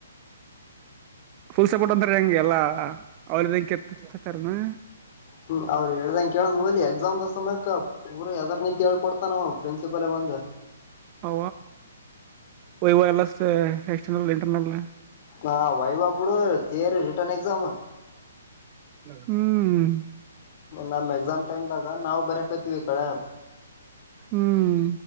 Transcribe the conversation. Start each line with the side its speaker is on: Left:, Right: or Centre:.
Right: ಫುಲ್ ಸಪೋರ್ಟ್ ಅಂತಾರ ಹೆಂಗೆ ಎಲ್ಲಾ ಅವ್ರಂ ಕೆತ್ತತಾರನಾ
Left: ಹ್ಮ್್ರೆ ಹೇಳ್ದಂಗ ಕೇಳ್ ಹಲಿ ಎಕ್ಸಾಮ್ ದಸಯ ಪಊರ ಯದಾರ್ ನಿಂತತ್ ಹೇಳ್ ಕೊಡ್ತಾನ ನವು ಪ್ರಿನ್ಸಿಪಲ್ ಹ
Right: ಹ ಒ ವೈರ್ಲೆಸ್ ಎಕ್ಸ್ಟರ್ನಲ್ ಇಂಟರ್ನಲ್
Left: ಹಾ ವಾಯ ಬಾಬುಡು ತ ರರಿಟರ್ನ್ ಎಕ್ಾಮ
Right: ಹ್ಮ್
Left: ನಮ್ಮ್ ಎಕ್ಸಾಮ್ ಟೈಮ್ ದಾಗ ನಾವವು ಬರಕೋತಿೀವಿ ಈ ಕಡೆ
Right: ಹ್ಮ್